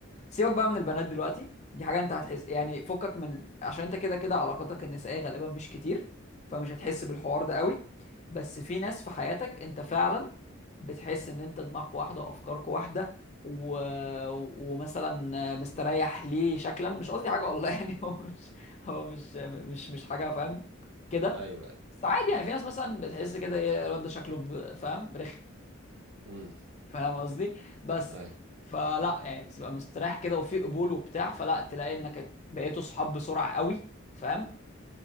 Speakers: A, on the left; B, on the right.
A: سيبك بقى من البنات دلوقتي دي حاجة انت هتحس
B: مم.
A: يعني فكك من عشان انت كده كده علاقاتك النسائية غالبا مش كتير فمش هتحس
B: مم.
A: بالحوار ده قوي بس في ناس في حياتك انت فعلا بتحس ان انت دماغك واحدة وافكارك واحدة و... ومثلا مستريح ليه شكلا مش قصدي حاجة والله يعني <laughs> هو مش هو مش مش مش حاجة فاهم كده
B: أيوه أيوه
A: بس عادي يعني في ناس مثلا بتحس كده ايه الواد ده شكله ب- فاهم رخم
B: مم.
A: فاهم قصدي بس
B: أيوه
A: فلا يعني بتبقى مستريح كده وفي قبول وبتاع فلا تلاقي انك بقيتوا صحاب بسرعه قوي فاهم